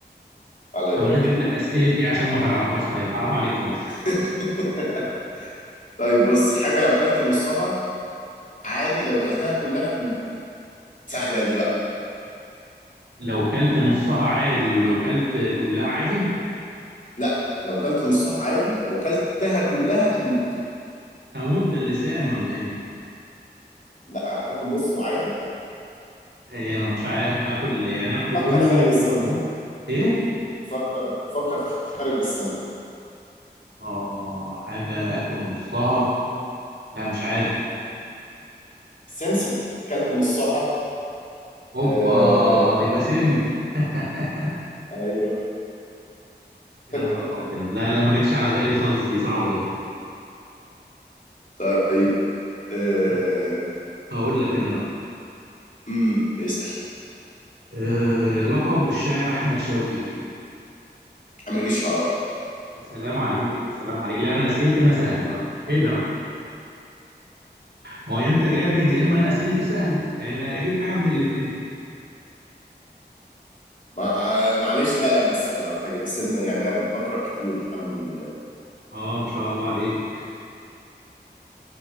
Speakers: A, on the left (about 45°); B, on the right (about 80°).
A: الله يبارك
B: طب انا اجيب
A: لك
B: لك اسئله ايه عشان ما تعرفهاش طيب حرام عليك يا اخي
A: <laughs> طيب بص حاجة لو كلت نصها عادي لو كلتها كلها تموت سهلة دي بقى
B: لو كلت نصها عادي ولو كلت كلها عادي
A: لا لو كلت نصها عادي لو كلتها كلها تموت
B: اموت ده اللسان ولا ايه؟
A: لا هتاكل نص وعادي
B: إيه مش عارف اكل يعني اكله
A: فكر
B: كله
A: خارج الصندوق
B: واموت ايه؟
A: فكر فكر خارج الصندوق
B: اه حاجه اكل نصها لا مش عارف
A: سمسم كلت نصها
B: اوبا
A: آه
B: يبقى سم <laughs>
A: ايوه
B: يا
A: <laughs>
B: نهار ابيض لا لا ما جاتش على بالي خالص دي صعبه دي
A: طيب
B: طب
A: آه
B: طب هقول لك انا بقى
A: امم اسأل
B: أه لقب الشاعر احمد شوقي
A: أمير الشعراء
B: يا سلام عليك يا سلام عليك لا انا اسئلتي انا سهله بقى ايه ده بقى ما هو يا انت جامد يا اما انا اسئلتي سهله يعني ما اكيد حاجه من الاثنين
A: مع معلش لا لا مش سهلة ولا حاجة بس إن يعني أنا بقرأ كتير الحمد لله
B: اه ما شاء الله عليك